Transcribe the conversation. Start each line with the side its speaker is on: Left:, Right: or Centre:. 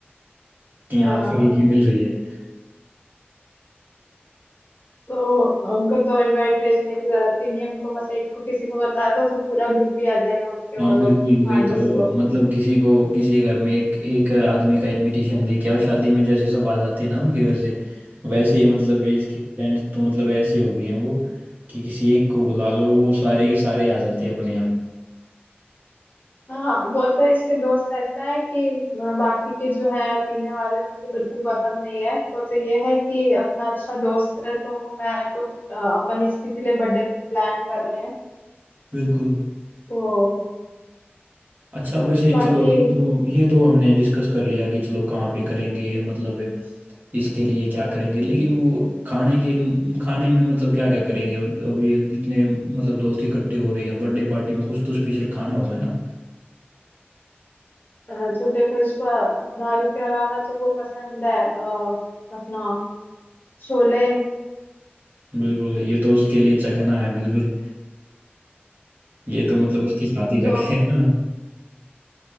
Right: कि
Left: हाँ
Right: यहाँ फ्री
Left: हाँ
Right: की मिल रही है
Left: तो उनको तो इनवाइट भेजने की जरूरत ही नहीं है उनको बस एक को किसी को बता दो तो पूरा ग्रुप ही आ जाएगा उठ के वो
Right: हाँ
Left: लोग
Right: बिल्कुल वही
Left: आठ
Right: तो
Left: दस लोग
Right: मतलब किसी को किसी घर में एक एक आदमी का इनविटेशन दे के आओ शादी में जैसे सब आ जाते हैं ना उनके घर से वैसे ही मतलब ये इसके फ्रेंड्स तो मतलब ऐसे हो गए हैं वो कि किसी एक को बुला लो वो सारे के सारे आ जाते हैं अपने आप
Left: हाँ वो तो इसके दोस्त ऐसा है कि बाकी के जो है पीने वाले मुझे बिल्कुल पसंद नहीं है वो तो ये है कि अपना अच्छा दोस्त है तो मैं तो अ, अपन इसी के लिए बर्थडे प्लान कर रहे हैं
Right: बिल्कुल
Left: तो
Right: अच्छा वैसे
Left: बाकी
Right: चलो ये तो ये तो हमने डिस्कस कर लिया कि चलो कहाँ पे करेंगे मतलब इसके लिए क्या करेंगे लेकिन वो खाने के खाने में मतलब क्या क्या करेंगे अभी इतने मतलब दोस्त इकट्ठे हो रहे हैं बर्थडे पार्टी में कुछ तो स्पेशल खाना होगा ना
Left: अ, तो देखो इसको दारू के अलावा तो वो पसंद है अ, अपना छोले
Right: बिल्कुल ये तो उसके लिए चखना है बिल्कुल ये तो मतलब उसके साथ ही
Left: तो
Right: रखे है ना